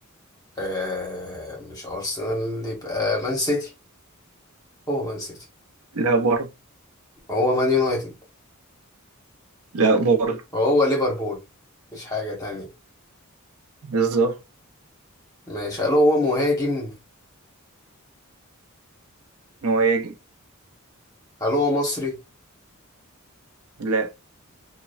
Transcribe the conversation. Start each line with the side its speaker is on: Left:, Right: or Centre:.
Left: آه مش ارسنال يبقى مان سيتي هو مان سيتي
Right: لا برضه
Left: وهو مان يونايتد
Right: لا برضه
Left: وهو ليفربول مفيش حاجة تانية
Right: بالظبط
Left: ماشي هل هو مهاجم
Right: مهاجم
Left: هل هو مصري
Right: لا